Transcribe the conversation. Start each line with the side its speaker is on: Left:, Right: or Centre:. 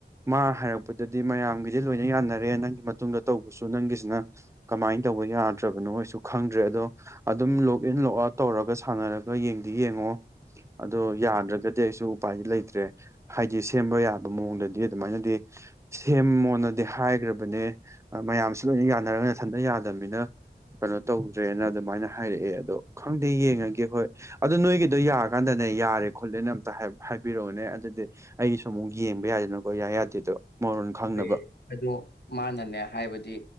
Right: ꯃꯥ ꯍꯥꯏꯔꯛꯄꯗꯗꯤ ꯃꯌꯥꯝ ꯂꯣꯏꯅ ꯌꯥꯅꯔꯦ ꯅꯪꯒꯤ ꯃꯇꯨꯡꯗ ꯇꯧꯕꯁꯨ ꯅꯪꯒꯤꯁꯤꯅ ꯀꯃꯥꯏꯅ ꯇꯧꯕ ꯌꯥꯗ꯭ꯔꯕꯅꯣꯁꯨ ꯈꯪꯗ꯭ꯔꯦ ꯑꯗꯣ ꯑꯗꯨꯝ ꯂꯣꯛ ꯑ ꯇꯧꯔ ꯁꯅꯔꯒ ꯌꯦꯡꯗꯤ ꯌꯦꯡꯉꯣ ꯑꯣ ꯌꯥꯗ꯭ꯔꯒꯗꯤ ꯑꯩꯁꯨ ꯎꯄꯥꯏꯗꯤ ꯂꯩꯇ꯭ꯔꯦ ꯍꯥꯏꯗꯤ ꯁꯦꯝꯕ ꯌꯥꯕ ꯃꯑꯣꯡꯗꯗꯤ ꯑꯗꯨꯃꯥꯏꯅꯗꯤ ꯁꯦꯝꯃ ꯅꯗꯤ ꯍꯥꯏꯈ꯭ꯔꯕꯅꯦ ꯃꯌꯥꯝꯁꯤ ꯂꯣꯏꯅ ꯌꯥꯅꯔꯒ ꯏꯊꯟꯇ ꯌꯥꯗꯕꯅꯤꯅ ꯀꯩꯅꯣ ꯇꯧꯗ꯭ꯔꯦꯅ ꯑꯗꯨꯃꯥꯏꯅ ꯍꯥꯏꯔꯛꯑꯦ ꯑꯗꯣ ꯈꯪꯗꯦ ꯌꯦꯡꯉꯒꯦ ꯍꯣꯏ ꯑꯗꯣ ꯅꯣꯏꯒꯤꯗꯣ ꯌꯥꯔꯀꯥꯟꯗꯅꯦ ꯌꯥꯔꯦ ꯈꯣꯠꯂꯦꯅ ꯑꯝꯇ ꯍꯥꯏꯕꯤꯔꯛꯑꯣꯅꯦ ꯑꯗꯨꯗꯤ ꯑꯩꯒꯤꯁꯨ ꯑꯃꯨꯛ ꯌꯦꯡꯕ ꯌꯥꯏꯗꯅꯀꯣ ꯌꯥꯏ ꯌꯥꯗꯦꯗꯣ ꯃꯣꯔꯣꯟ ꯈꯪꯅꯕ
Left: ꯂꯩꯌꯦ ꯑꯗꯣ ꯃꯥꯅꯅꯦ ꯍꯥꯏꯕꯗꯤ